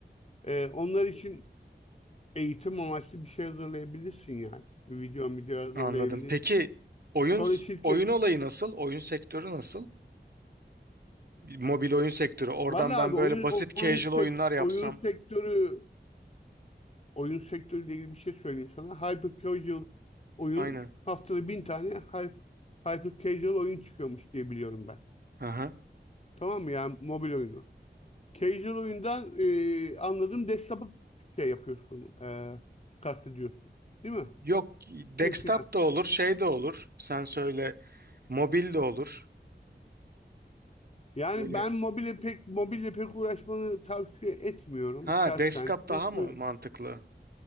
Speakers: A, on the left; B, on the right.
A: Ee, onlar için eğitim amaçlı bir şey hazırlayabilirsin yani. Bir video video hazırlayabilirsin.
B: Anladım. Peki oyun
A: Sonra şirket...
B: oyun olayı nasıl? Oyun sektörü nasıl? Mobil oyun sektörü. Oradan
A: Vallahi
B: ben
A: abi
B: böyle
A: oyun
B: basit
A: o-
B: casual
A: oyun sekt
B: oyunlar yapsam.
A: oyun sektörü oyun sektörüyle ilgili bir şey söyleyeyim sana. Hyper casual oyun
B: Aynen.
A: haftada bin tane hyper, hyper casual oyun çıkıyormuş diye biliyorum ben.
B: Hı hı.
A: Tamam mı yani mobil oyunu. Casual oyundan e, anladığım desktop'ı şey yapıyorsun. E, kastediyorsun. Değil mi?
B: Yok desktop
A: Değil filan.
B: da olur, şey de olur. Sen söyle, mobil de olur.
A: Yani
B: Böyle.
A: ben mobile pek mobile pek uğraşmanı tavsiye etmiyorum
B: Ha,
A: şahsen.
B: desktop daha
A: Çünkü
B: mı mantıklı?